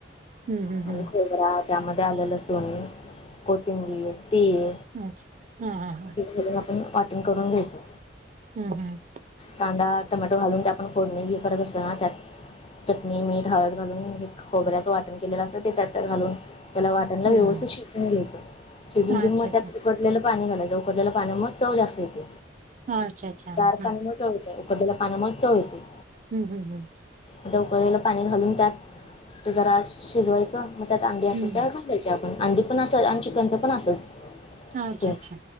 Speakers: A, on the right; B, on the left.
A: हम्म
B: म्हणजे
A: हम्म
B: खोबरां त्यांमध्ये आलेलं लसुण कोथिंबीर तीळ
A: अच्छा हंम हंम
B: आपणं वाटणं करूंन घ्यांयचं
A: हंम हंम
B: कांदा टोमॅटो घालूंन ते आपणं फोडणे हे करतं असतों नां त्यांत चटणी मीठ हळंद घालूंन हे खोबऱ्याचं वाटणं केलेलं असतं ते त्यांत घालूंन त्यांला वाटणलां
A: हम्म
B: व्यवस्थितं शिजवूंन घ्यायचं शिजवूंन घेऊंन
A: अच्छा
B: मंग
A: अच्छा
B: त्यांत उकळलेलं पाणी घालायचं, उकटलेलं पाणीमळे चव जास्त येते,
A: अच्छा अच्छा हम्म
B: गार पाणी न चव येत उकळलेल्या पाण्यामुळे चव येते.
A: ह ह ह
B: मग उकळलेलं पाणी घालून त्यात जरा शिजवायचं, मग त्यात अंडी असतील
A: हम्म
B: तर <unintelligible> आपण अंडी पण असंच आणि चिकनच पण असंच
A: अच्छा
B: हो,
A: अच्छा